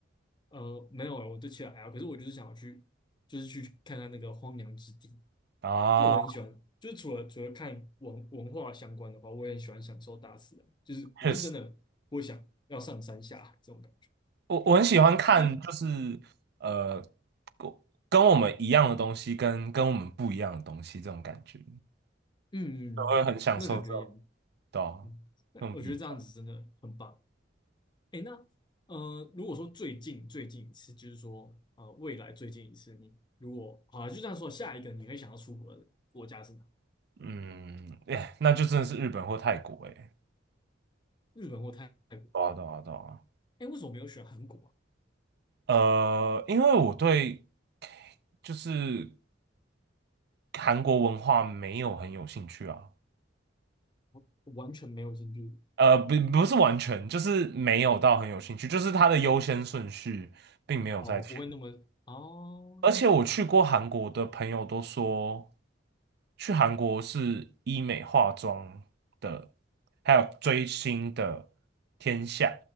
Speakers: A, on the left; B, on the right.
A: 呃，没有了，我对其他还好可是我就是想要去，就是去看看那个荒凉之地。
B: 啊？
A: 就我很喜欢，就是除了除了看文文化相关的话，我也很喜欢享受大自然。就是我是真的不想要上山下海这种感觉，
B: 确实，我我很喜欢看，
A: 就
B: 就是呃，
A: 嗯
B: 跟跟我们一样的东西跟跟我们不一样的东西，这种感觉，
A: 嗯，嗯嗯那感觉也
B: 我会很享受这种，对啊这种比较。
A: 嗯，对，我觉得这样子真的很棒。哎，那呃，如果说最近最近一次，就是说呃，未来最近一次，你如果好就这样说，下一个你会想要出国的国家是哪？
B: 嗯，哎，那就真的是日本或泰国，哎，
A: 日本或泰泰国？
B: 对啊，对啊，对啊。
A: 哎，为什么没有选韩国啊？
B: 呃，因为我对就是韩国文化没有很有兴趣啊，
A: 我我完全没有兴趣。
B: 呃，不不是完全，就是没有到很有兴趣，就是它的优先顺序并没有在前。
A: 哦，不会那么哦，
B: 而且我去过韩国的朋友都说，去韩国是医美化妆的，还有追星的天下。